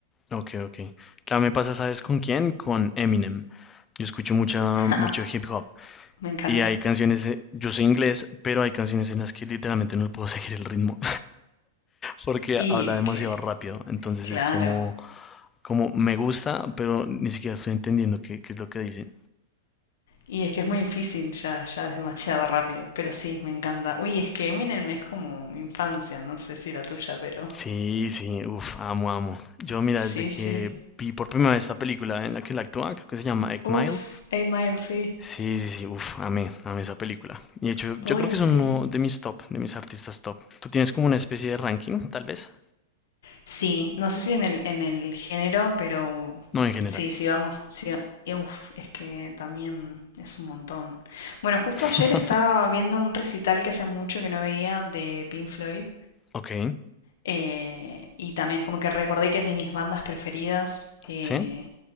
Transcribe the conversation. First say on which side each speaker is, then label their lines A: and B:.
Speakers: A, on the left; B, on the left.
A: ok, ok. Claro, me pasa, ¿sabes con quién? Con Eminem. Yo escucho mucha,
B: <laughs>
A: mucho hip hop.
B: Me encanta.
A: Y hay canciones, eh, yo soy inglés, pero hay canciones en las que literalmente no le puedo <laughs> seguir el ritmo. porque
B: Y
A: habla
B: es
A: demasiado
B: que,
A: rápido. Entonces
B: claro.
A: es como, como me gusta, pero ni siquiera estoy entendiendo qué, qué es lo que dicen.
B: Y es que es muy difícil, ya, ya es demasiado rápido. Pero sí, me encanta. Uy, es que Eminem es como mi infancia, no sé si la tuya, pero
A: Sí, sí, uff, amo, amo. Yo, mira,
B: <laughs> sí,
A: desde que
B: sí.
A: vi por primera vez esta película en la que él actúa, creo que se llama Eight
B: Uf,
A: Mile.
B: Eight Mile, sí.
A: Sí, sí, sí, uff, amé, amé esa película. Y de hecho, yo
B: Uy,
A: creo que es
B: sí.
A: uno de mis top, de mis artistas top. ¿Tú tienes como una especie de ranking, tal vez?
B: Sí, no sé si en el, en el género, pero
A: No, en general.
B: sí, sí vamos, sí, y uf, es que también es un montón. Bueno, justo
A: <laughs>
B: ayer estaba viendo un recital que hace mucho que no veía de Pink Floyd,
A: Ok,
B: eh, y también como que recordé que es de mis bandas preferidas. eh,
A: sí.